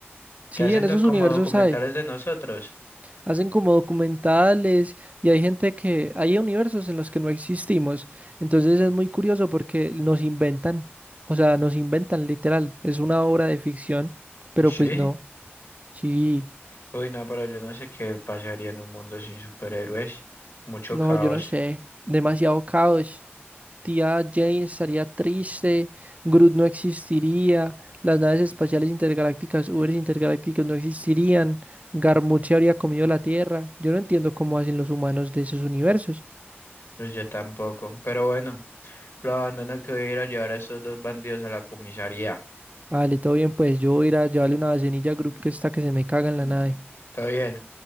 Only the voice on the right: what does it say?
Sí,
en esos
universos
hay.
Hacen como documentales y hay gente que, hay universos en los que no existimos. Entonces es muy curioso porque nos inventan, o sea, nos inventan literal. Es una obra de ficción, pero
pues no. Sí,
no,
yo no sé. Demasiado caos. Tía Jane estaría triste, Groot no existiría, las naves espaciales intergalácticas, Ubers intergalácticos no existirían, Garmut se habría comido la Tierra. Yo no entiendo cómo hacen los humanos de esos universos.
Vale, todo bien, pues yo voy a ir a llevarle una vasenilla a Groot que está que se me caga en la nave.